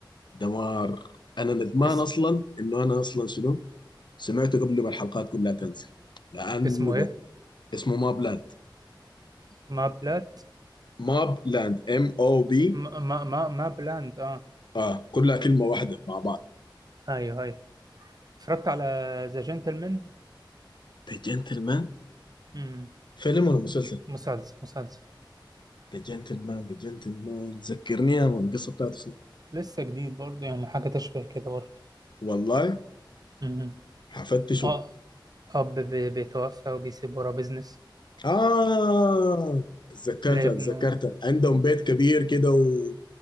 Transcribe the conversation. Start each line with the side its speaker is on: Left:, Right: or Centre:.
Left: دمار انا ندمان
Right: اسم
Left: اصلا انه انا اصلا شنو سمعته قبل ما الحلقات كلها تنزل لانه
Right: اسمه
Left: ب...
Right: ايه؟
Left: اسمه ماب لاند
Right: ما بلاد
Left: ماب لاند ام او بي
Right: ما ما ما ما بلاند اه
Left: اه كلها كلمه واحده مع بعض
Right: ايوه ايوه اتفرجت على ذا جنتلمان
Left: ذا جنتلمان
Right: امم
Left: فيلم ولا مسلسل
Right: مسلسل مسلسل
Left: ذا جنتلمان ذا جنتلمان ذكرني يا مان القصه بتاعته شنو
Right: لسه جديد برضه يعني حاجة تشبه كده برضه
Left: والله
Right: مهم.
Left: حفتشه
Right: اه أب بي- بيتوفى وبيسيب وراه بيزنس
Left: آه اتذكرتها
Right: لابنه
Left: اتذكرتها عندهم بيت كبير كده و...